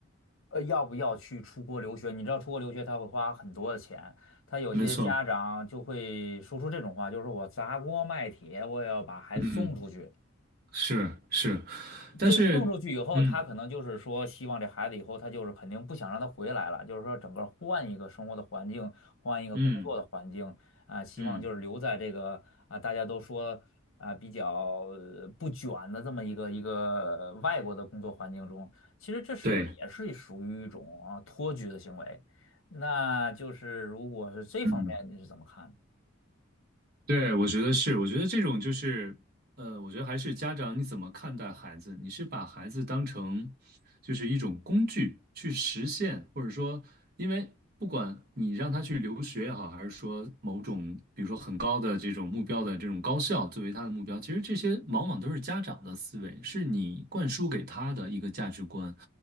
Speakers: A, on the left; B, on the right.
A: 呃要不要去出国留学？你知道出国留学他会花很多的钱，他有些家长就会说出这种话，
B: 没错，
A: 就是说我砸锅卖铁我也要把孩子送出去。
B: 嗯，是是，但是，
A: 这个送出去以后，
B: 嗯
A: 他可能就是说，希望这孩子以后他就是肯定不想让他回来了，就是说整个换一个生活的环境，换一个工作的环境啊，
B: 嗯
A: 希望就是留在这个啊，
B: 嗯，
A: 大家都说啊比较呃不卷的这么一个一个呃外国的工作环境中，其实这是不是也是属于一种啊托举的行为？
B: 对。
A: 那就是如果是这方面，
B: 嗯。
A: 你是怎么看的？
B: 对，我觉得是，我觉得这种就是，呃，我觉得还是家长你怎么看待孩子？你是把孩子当成就是一种工具去实现，或者说，因为不管你让他去留学也好，还是说某种比如说很高的这种目标的这种高校作为他的目标，其实这些往往都是家长的思维，是你灌输给他的一个价值观。